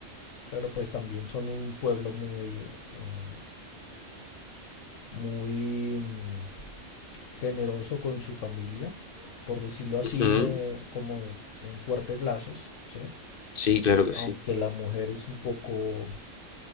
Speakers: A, on the left; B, on the left.
A: pero pues también son un pueblo muy, eh, muy mm, generoso con su familia, por decirlo así,
B: Ujú.
A: eh, como en fuertes lazos, ¿sí?
B: Sí, claro que
A: Aunque
B: sí.
A: la mujer es un poco